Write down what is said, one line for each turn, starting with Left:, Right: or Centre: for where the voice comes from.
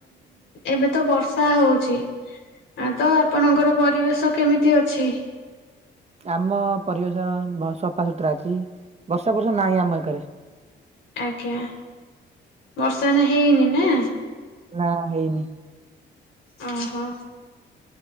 Left: ଏବେ ତ ବର୍ଷା ହଉଛି। ଆ ତ ଆପଣଙ୍କର ପରିବେଶ କେମିତି ଅଛି?
Right: ଆମ ପରିବେଶ ସଫାସୁତୁରା ଅଛି ବର୍ଷା ଫର୍ଷା ନାହିଁ ଆମ ଏକାରେ।
Left: ଆଜ୍ଞା ବର୍ଷା ନେ ହେଇନି ନା।
Right: ନା ହେଇନି।
Left: ଓହୋ।